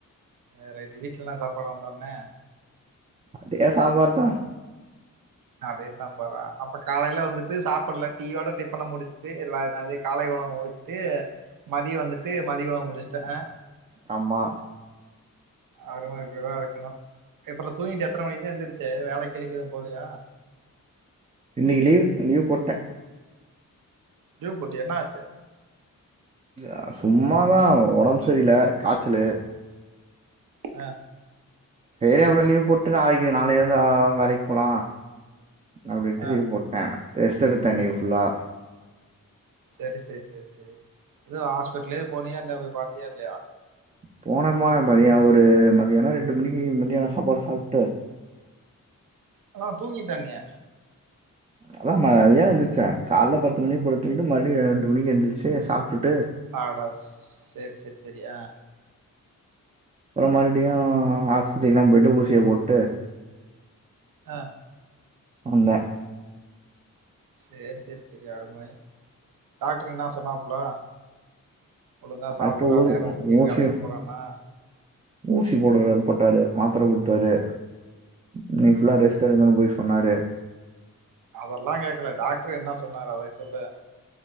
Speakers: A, on the right (about 80°); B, on the right (about 20°).
A: ஆ ரைட்டு வீட்ல என்ன சாப்பாடு வந்தோனே
B: அதே சாம்பார் தா
A: அதே சாம்பாரா அப்போ காலைல வந்துட்டு சாப்புல்ல டீ யோட டிஃப்பன முடிச்சுட்டு எல்லா என்னா இது காலை உணவ முடிச்சுட்டு மதிய வந்துட்டு மதிய உணவ முடிச்சுட்டு ஆ
B: ஆமா
A: அரும இப்புடிதா இருக்கணு செ அப்பறோ தூங்கிட்டு எத்தன மணிக்கு தா எந்துருச்சே வேல கீலைக்கி எதுவு போலையா
B: இன்னைக்கு லீவ் லீவ் போட்டே
A: லீவ் போட்டியா என்னாச்சு
B: அ சும்மாதா ஒடம்பு சரியில்ல காச்சலு
A: ஆ
B: சேரி அப்பறோ லீவ் போட்டு நாளைக்கு நாளைல இருந்து ஆ வேலைக்கு போலா அப்டின்ட்டு
A: ஆ
B: லீவ் போட் ட ரெஸ்ட்டு எடுத்தே இன்னைக்கு ஃபுல்லா
A: செரி செரி செரி செரி எதுவ் ஹாஸ்பிட்டலு போனீயா இல்ல போய் பாத்து தியா இல்லயா
B: போன மார மதியோ ஒரு மதியானொ ரெண்டு மணிக்கு மதியானோ சாப்பாடு சாப்ட்டு
A: ஆனா தூங்கிட்டேன்யா
B: அதா மதியானோ எந்துருச்சே காலைல பத்து மணிக்கு போல தூங்கிட்டு மறுபடியு ரெண்டு மணிக்கு எந்துரிச்சு சாப்ட்டுட்டு
A: அடச் சேர் சேர் செரி ஆ
B: அப்றோ மறுபடியு ஆஸ்பத்திரிக்குலா போயிட்டு ஊசிய போட்டு
A: ஆ
B: வந்த
A: சேர் சேர் சேரி அருமை டாக்ட்ரு என்னா சொன்னாப்ல ஒழுங்கா சாப்புட்றா
B: அடுத்து ஊ
A: நேரத்துக்கு
B: ஊசி
A: வேலைக்கு போடான்னா
B: ஊசி போடுறார் போட்டாரு மாத்தர குட்த்தாரு இன்னிக் ஃபுல்லா ரெஸ்ட் எடுங்கனு போய் சொன்னாரு
A: அதெல்லா கேக்கல டாக்ட்ரு என்னா சொன்னாரு அதை சொல்லு